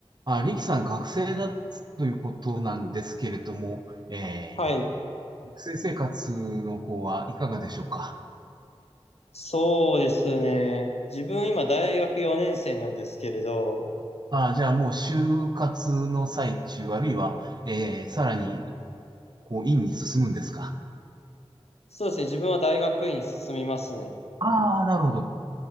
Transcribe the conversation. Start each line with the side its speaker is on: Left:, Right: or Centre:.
Right: あ、リキさん学生だということなんですけれども、え
Left: はい。
Right: ー、学生生活の方はいかがでしょうか
Left: そうですね。自分今大学4年生なんですけれど、
Right: あ、じゃあもう就活の最中、あるいは、えー、さらに、こう、院に進むんですか
Left: そうですね。自分は大学院に進みますね。
Right: ああー、なるほど。